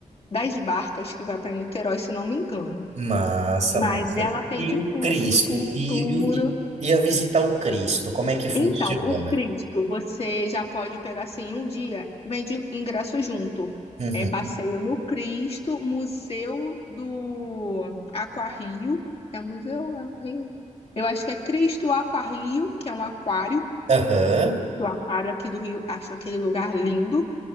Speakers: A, on the left; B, on the right.
A: das barcas que vai para Niterói, se não me engano.
B: massa,
A: Mas
B: massa.
A: ela tem
B: E
A: de
B: o
A: tudo,
B: Cristo,
A: de cultura.
B: e, e, o- e e a visitar o Cristo, como é que funciona?
A: Então, o Cristo, você já pode pegar assim um dia, vende ingresso junto.
B: Uhum.
A: É passeio no Cristo, Museu do Aquarrio. É um museu? É Aquarrio? Eu acho que é Cristo Aquarrio, que é um aquário.
B: Aham.
A: O aquário aqui do Rio, acho aquele lugar lindo.